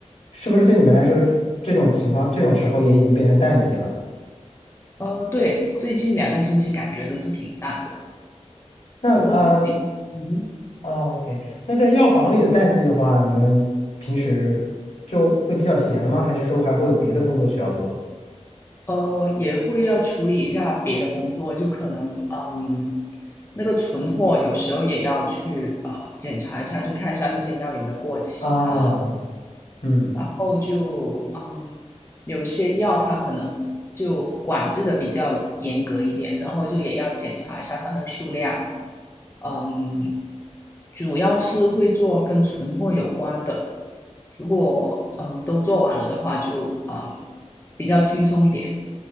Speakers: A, on the left (about 65°); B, on the left (about 20°).
A: 是不是对你们来说，这种情况这种时候也已经变成淡季了？
B: 呃，对，最近两个星期感觉都是挺淡的，
A: 那呃
B: 就比嗯
A: o k 那在药房里的淡季的话，你们平时就会比较闲吗？还是说还会有别的工作需要做？
B: 哼呃，也会要处理一下别的工作，就可能嗯，那个存货有时候也要去呃检查一下，就看一下那些药有没有过期啊，
A: 啊，嗯，
B: 然后就嗯，有些药它可能就管制的比较严格一点，然后就也要检查一下它的数量，嗯，主要是会做跟存货有关的，如果嗯都做完了的话就，嗯比较轻松一点，